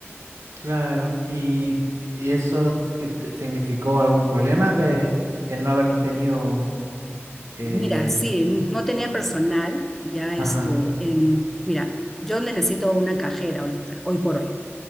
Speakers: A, on the right; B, in the centre.
A: claro. ¿Y, y eso que te- significó algún problema que el no haber tenido eh,
B: Mira, sí, no tenía personal, ya este,
A: ajá,
B: en, mira, yo necesito una cajera ahorita, hoy por hoy.